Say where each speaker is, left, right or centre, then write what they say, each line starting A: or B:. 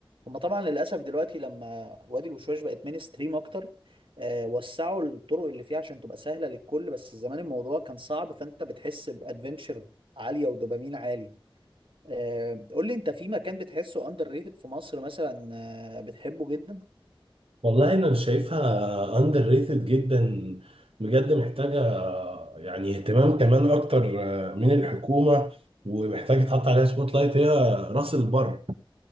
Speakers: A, on the right (about 65°); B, on the right (about 85°).
A: هما طبعا للاسف دلوقتي لما وادي الوشواش بقت مين ستريم اكتر آه وسعوا الطرق اللي فيها عشان تبقى سهله للكل بس زمان الموضوع كان صعب فانت بتحس بادفنتشر عاليه ودوبامين عالي آه قول لي انت في مكان بتحسه اندر ريتد في مصر مثلا آه بتحبه جدا
B: والله أنا شايفها أندر ريتد جدا بجد محتاجة يعني اهتمام كمان أكتر من الحكومة ومحتاج يتحط عليها سبوت لايت هي راس البر